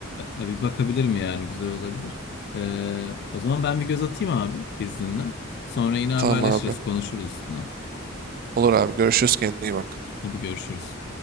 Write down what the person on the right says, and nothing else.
Tamam abi.
Olur abi. Görüşürüz. Kendine iyi bak.